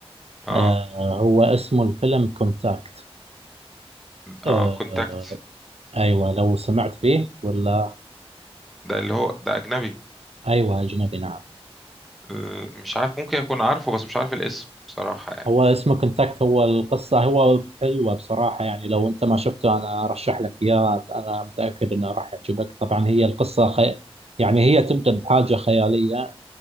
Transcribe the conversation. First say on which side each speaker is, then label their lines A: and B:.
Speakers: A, in the centre; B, on the right.
A: اه
B: آه هو اسمه الفيلم كونتاكت آه
A: اه كونتاكت
B: ايوه لو سمعت فيه ولا
A: ده اللي هو ده اجنبي
B: ايوه اجنبي نعم
A: آه، مش عارف ممكن اكون عارفه بس مش عارف الاسم بصراحة يعني
B: هو اسمه كونتاكت هو القصه هو حلوه بصراحه يعني لو انت ما شفته انا ارشح لك اياه انا متاكد انه راح يعجبك طبعا هي القصه خي... يعني هي تبدا بحاجه خياليه